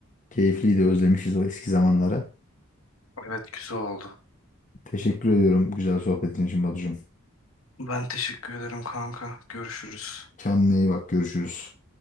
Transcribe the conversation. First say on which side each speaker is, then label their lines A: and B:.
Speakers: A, on the left; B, on the left.
A: Keyifliydi özlemişiz o eski zamanları.
B: Evet güzel oldu.
A: Teşekkür ediyorum güzel sohbetin için Batucuğum.
B: Ben teşekkür ederim kanka. Görüşürüz.
A: Kendine iyi bak görüşürüz.